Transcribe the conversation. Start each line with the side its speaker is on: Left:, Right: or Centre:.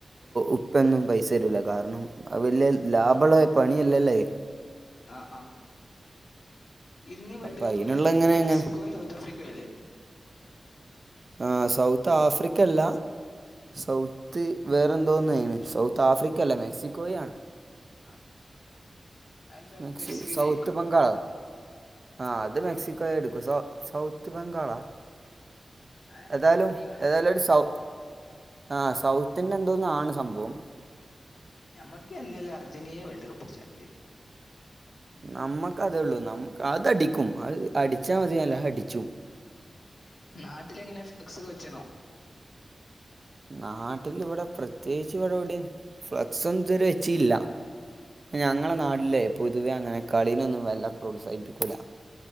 Right: ഉപ്പയൊന്നും പൈസ തരൂല കാരണം വല്യ ലാഭുള്ള
Left: ഇൻ
Right: പണിയല്ലല്ലൊ അത്
Left: ആഹ് ആഹ് ഇന്ന് വേൾഡ്
Right: അപ്പം
Left: കപ്പ്‌
Right: അതിനുള്ള ഇങ്ങനെ
Left: മെക്സിക്കോയും
Right: എങ്ങനെ
Left: സൗത്ത് ആഫ്രിക്കയുമല്ലേ
Right: ആഹ് സൗത്ത് ആഫ്രിക്കയല്ല സൗത്ത് വേറെന്തോന്നയാന് സൗത്ത് ആഫ്രിക്കയല്ലേ മെക്സിക്കോയാണ്
Left: ആഹ് അതെന്തായാലും
Right: മെക്സി
Left: മെക്സിക്കോ
Right: സൗത്ത്
Left: ജയിക്കും
Right: ബംഗാളോ ആഹ് അത് മെക്സി ക്ക എടുക്കും സൗ സൗത്ത് ബംഗാളാ
Left: ആഹ് എന്തൊരു
Right: ഏതായാലും
Left: ടീമാവട്ടെ
Right: ഏതായാലും ഒരു സൗ ആഹ് സൗത്തിന്റെ എന്തോന്നാണ് സംഭവം
Left: ഞമ്മക്ക് എന്തായാലും അർജന്റീന വേൾഡ് കപ്പ് അടിച്ചാ മതി
Right: നമ്മുക്കതേ ഉള്ളൂ നമ്മക്ക് അതടിക്കും അത് അടിച്ചാൽ മതിയല്ല അടിച്ചും
Left: നാട്ടിലെങ്ങനെ ഫ്ലെക്സ് ഒക്കെ വെച്ണോ?
Right: നാട്ടിൽ ഇവിടെ പ്രത്യേകിച്ച് ഇവിടെവിടെയും ഫ്ലക്സ് ഒന്നു ഇതരെ വെച്ചില്ല ഞങ്ങളെ നാട്ടിലെ പൊതുവെ അങ്ങനെ കളിനെന്നും വല്ല പ്രോത്സാഹിപ്പിക്കൂല.